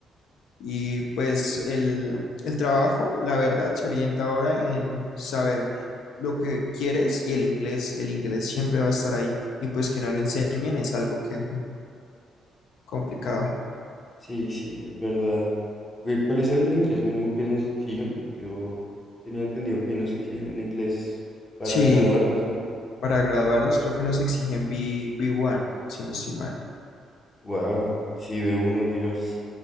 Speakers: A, on the left; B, on the left.
A: Y pues el, el trabajo, la verdad, se orienta ahora en saber lo que quieres y el inglés, el inglés siempre va a estar ahí. Y pues que no lo enseñen es algo que mm, complicado.
B: Sí, sí, es verdad. ¿Cu- ¿Cuál es el inglés mínimo que nos exigen? Porque yo tenía entendido que ahí nos exigen un inglés para
A: Sí,
B: graduarnos, ¿no?
A: para graduarnos creo que nos exigen B, B1, si no estoy mal.
B: Wow, sí ve uno, Dios.